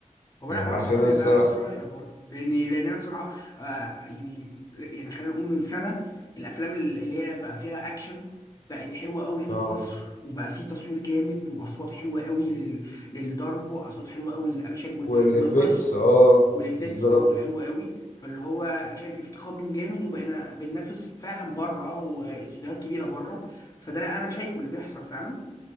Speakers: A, on the left; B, on the left.
A: هو
B: يعني
A: انا هو انا
B: عشان
A: صراحه كان
B: انا
A: هيبقى
B: الصراحه
A: نفس رايك برضه لان لان انا صراحه آه يعني يعني خلينا نقول من سنه الافلام ال- اللي هي بقى فيها اكشن بقت حلوه قوي هنا
B: اه
A: في مصر وبقى في تصوير جامد واصوات حلوه قوي لل... للضرب واصوات حلوه قوي للاكشن وال...
B: والافكتس
A: والقصه
B: اه
A: والافكتس
B: بالظبط
A: برضه حلوه قوي فاللي هو انا شايف ان في تقدم جامد وبقينا بننافس فعلا بره واستوديوهات كبيره بره فده انا شايفه اللي بيحصل فعلا